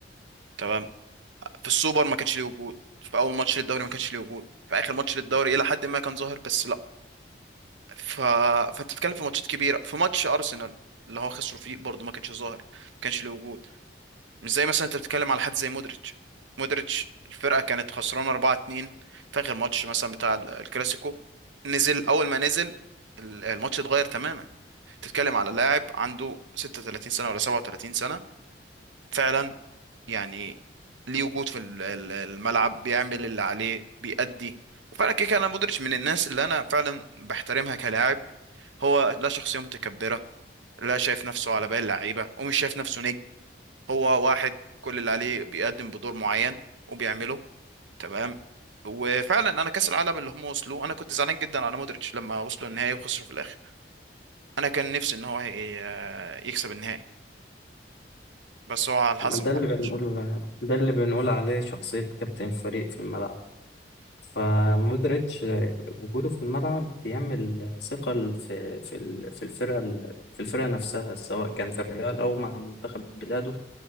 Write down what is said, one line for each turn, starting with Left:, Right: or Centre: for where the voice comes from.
Right: تمام في السوبر ما كانش ليه وجود في اول ماتش للدوري ما كانش ليه وجود في اخر ماتش للدوري الى حد ما كان ظاهر بس لا ف... فانت بتتكلم في ماتشات كبيره في ماتش ارسنال اللي هو خسروا فيه برضه ما كانش ظاهر ما كانش ليه وجود مش زي مثلا انت بتتكلم على حد زي مودريتش مودريتش الفرقه كانت خسرانه 4 2 في اخر ماتش مثلا بتاع ال- الكلاسيكو نزل اول ما نزل ال- الماتش اتغير تماما تتكلم على لاعب عنده 36 سنه ولا 37 سنه فعلا يعني ليه وجود في ال- ال- الملعب بيعمل اللي عليه بيأدي وفعلا كده كده انا مودريتش من الناس اللي انا فعلا بحترمها كلاعب هو لا شخصيه متكبره لا شايف نفسه على باقي اللعيبه ومش شايف نفسه نجم هو واحد كل اللي عليه بيقدم بدور معين وبيعمله تمام وفعلا انا كاس العالم اللي هم وصلوا انا كنت زعلان جدا على مودريتش لما وصلوا النهائي وخسروا في الاخر انا كان نفسي ان هو ي- يكسب النهائي بس هو على الحظ
Left: ما ده
Right: ما
Left: اللي
Right: حلفش
Left: بنقول ده اللي بنقول عليه شخصية كابتن الفريق في الملعب فمودريتش وجوده في الملعب بيعمل ثقل في في ال- في الفرقة ال- في الفرقة نفسها سواء كان في الريال أو مع منتخب بلاده